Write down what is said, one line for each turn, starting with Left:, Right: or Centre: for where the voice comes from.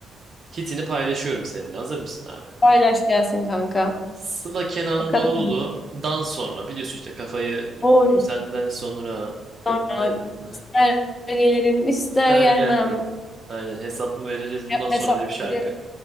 Right: hitini paylaşıyorum seninle. Hazır mısın abi?
Left: Paylaş gelsin kanka.
Right: Sıla Kenan
Left: Bakalım.
Right: Doğulu'dan sonra biliyorsun işte kafayı
Left: Oy.
Right: senden sonra kendime
Left: Sonra
Right: ha,
Left: ister gelirim ister
Right: ister
Left: gelmem.
Right: gelmem. Aynen hesap mı vereceğiz bundan
Left: Ya-
Right: sonra
Left: Hesaplayacağız.
Right: diye bir şarkı.